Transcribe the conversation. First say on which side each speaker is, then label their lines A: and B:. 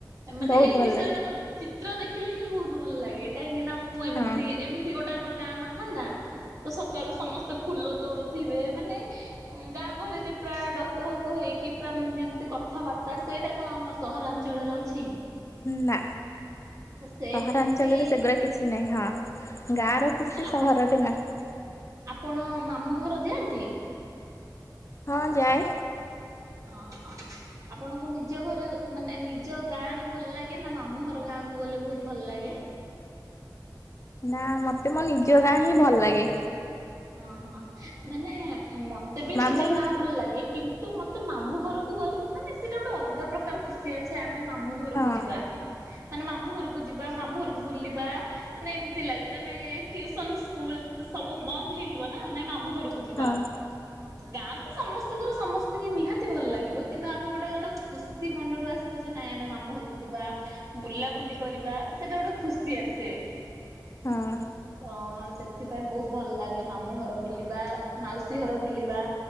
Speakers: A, on the right; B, on the left.
A: ମାନେ
B: ବହୁତ
A: ହେଇ
B: ଭଲ
A: ବିଷୟଟା
B: ଲାଗେ
A: ମତେ ଚିତ୍ର ଦେଖିଲେ ହିଁ ବହୁତ ଭଲ ଲାଗେ, କାହିଁକିନା ମୁଁ ଏମିତି
B: ହଁ
A: ଏମିତି ଗୋଟେ ଆମର ଗାଁ ନଥାନ୍ତା। ତ ସକାଳୁ ସମସ୍ତେ ଫୁଲ ତୋଳୁଥିବେ ମାନେ ଗାଁ ଗହଳିରେ ପ୍ରାୟ ଡକାହକ ହେଇକି ପୁରା ମାନେ ଯେମିତି କଥାବାର୍ତ୍ତା, ସେଇଟା କଣ ଆମ ସହରାଞ୍ଚଳରେ ଅଛି?
B: ନା,
A: ତ ସେ
B: ସହରାଞ୍ଚଳରେ
A: ଖୁସି
B: ସେଗୁରା କି କିଛି ନାହିଁ, ହଁ, ଗାଁର ଖୁସି
A: ଆପଣ
B: ସହରରେ ନାହିଁ।
A: ଆପଣ ମାମୁଁ ଘର ଯାଆନ୍ତି?
B: ହଁ ଯାଏ।
A: ଅଁ ହ। ଆପଣଙ୍କୁ ନିଜ ଘରେ ମାନେ ନିଜ ଗାଁ ରେ ଭଲ ଲାଗେ ନା ମାମୁଁ ଘର ଗାଁ କୁ ଗଲେ ବହୁତ ଭଲ ଲାଗେ?
B: ନା ମତେ ମୋ ନିଜ ଗାଁ ହିଁ ଭଲ ଲାଗେ।
A: ଅଁ ହଁ, ମାନେ ମତେ ବି
B: ମାମୁଁ
A: ନିଜ
B: ଘ
A: ଗାଁ ଭଲ ଲାଗେ କି ତ ମତେ ମାମୁଁ ଘରକୁ ଗଲେ ମାନେ ସେଇଟା ଗୋଟେ ଅଲଗା ପ୍ରକାର ଖୁସି ଅଛେ ଆମେ ମାମୁ ଘରକୁ
B: ହଁ
A: ଯିବା। ମାନେ ମାମୁଁ ଘରକୁ ଯିବା, ମାମୁଁ ଘରକୁ ବୁଲିବା, ମାନେ ଏମତି ଲାଗେ, ମାନେ ଟିଉସନ ସ୍କୁଲ ସବୁ ବନ୍ଦ ହେଇଯିବ ନା, ନାଇଁ ମମୁ ଘରକୁ ଯିବା।
B: ହଁ
A: ଗାଁ ତ ସମସ୍ତିଙ୍କର ସମସ୍ତିଙ୍କି ନିହାତି ଭଲ ଲାଗିବ କିନ୍ତୁ ଆମେ ଗୋଟେ ଗୋଟେ ଖୁସି ମନରୁ ଆସି ଯେ ନାଇଁ ଆମେ ମାମୁଁ ଘରକୁ ଯିବା, ବୁଲାବୁଲି କରିବା, ସେଇଟା ଗୋଟେ ଖୁସି ଆସେ।
B: ହଁ।
A: ଅଁ ସେଥିପାଇଁ ବହୁତ ଭଲ ଲାଗେ ମାମୁଁ ଘର ବୁଲିବା, ମାଉସୀ ଘର ବୁଲିବା।